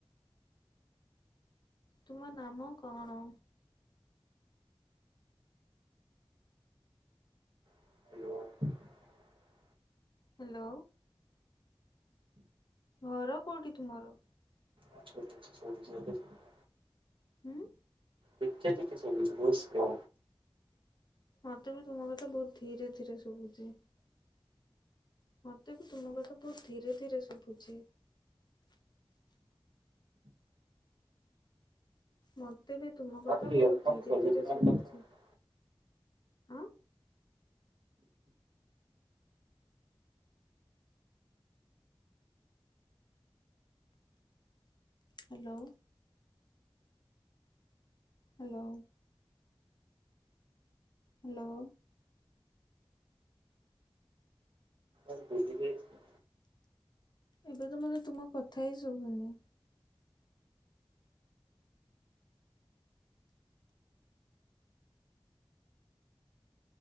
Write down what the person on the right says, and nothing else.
<inaudible>
<unintelligible>
ଟିକେ ଟିକେ ଶୁବୁଚି ବହୁତ୍ ସ୍ଲୋ।
ହଁ ଟିକେ
ଇୟର ଫୋନ୍
ଖୋଲିକି
ନହେଲେ
କଥା
ଆଁ ଭୁଲିଯାଇଚି